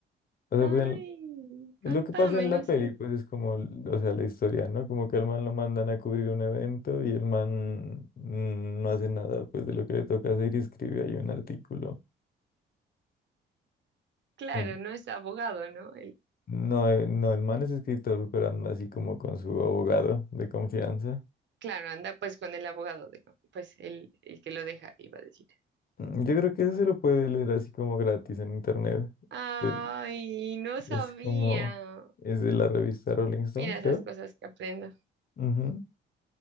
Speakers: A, on the left; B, on the right.
A: O sea,
B: Ay,
A: pues, Es
B: contame,
A: lo que pasa en
B: no
A: la
B: sé.
A: peli, pues es como, o sea, la historia, ¿no? Como que al man lo mandan a cubrir un evento y el man mm, no hace nada, pues de lo que le toca hacer y escribe ahí un artículo.
B: Claro,
A: Un-
B: no es abogado, ¿no?
A: No, eh, no, el man es escritor, pero anda así como con su abogado de confianza.
B: Claro, anda pues con el abogado, de- pues el, el que lo deja, iba a decir.
A: Mm, Yo creo que eso se lo puede leer así como gratis en internet.
B: Ay,
A: Pues,
B: no sabía.
A: es como, es de la revista Rolling Stone,
B: Mira
A: creo.
B: esas cosas que aprendo.
A: Ujú.